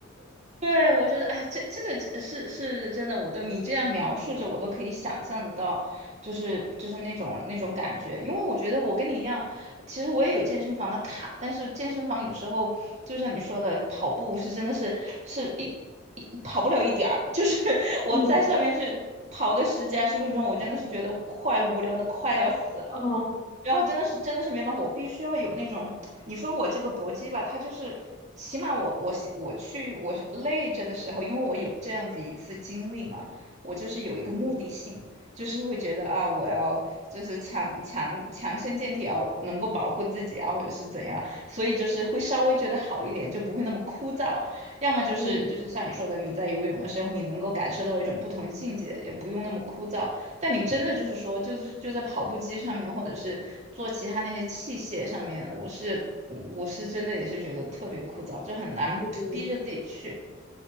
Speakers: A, on the right; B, on the left.
A: 对，我觉得，哎，这这个真是是真的，我都你这样描述着，我都可以想象得到，就是就是那种那种感觉。因为我觉得我跟你一样，其实我也有健身房的卡，但是健身房有时候就像你说的，跑步是真的是是一一跑不了一点儿，就是 <laughs> 我在上面是跑个十几二十分钟，
B: 嗯
A: 我真的是觉得快无聊的快要死了。
B: 啊，
A: 然后真的是真的是没办法，我必须要有那种，你说我这个搏击吧，它就是起码我我写我去我是累着的时候，因为我有这样子一次经历嘛，我就是有一个目的性，
B: 嗯
A: 就是会觉得啊，我要就是强强强身健体啊，要能够保护自己啊，或者是怎样，所以就是会稍微觉得好一点，就不会那么枯燥。要么就是就是像你说的，
B: 嗯
A: 你在游泳的时候，你能够感受到一种不同境界，也不用那么枯燥。但你真的就是说，就是就在跑步机上面，或者是做其他那些器械上面，我是我是真的也是觉得特别枯燥，就很难逼着自己去
B: 嗯，